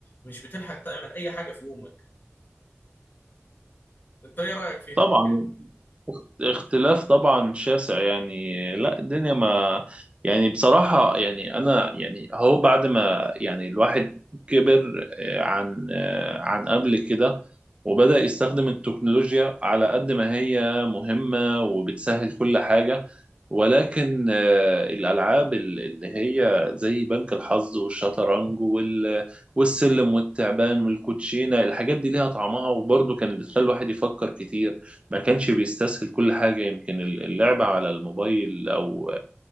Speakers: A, on the left (about 45°); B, on the right (about 25°).
A: مش بتلحق تعمل اي حاجه في يومك انت ايه رايك فيها
B: طبعا
A: الحكايه دي
B: اختلاف طبعا شاسع يعني لا الدنيا ما يعني بصراحة يعني أنا يعني هو بعد ما يعني الواحد كبر آه، عن آه، عن قبل كده وبدأ يستخدم التكنولوجيا على قد ما هي مهمة وبتسهل كل حاجة ولكن آه، الألعاب ال- اللي هي زي بنك الحظ والشطرنج وال- والسلم والتعبان والكوتشينة الحاجات دي ليها طعمها وبرضه كانت بتخلي الواحد يفكر كتير ما كانش بيستسهل كل حاجة يمكن اللعبة على الموبايل أو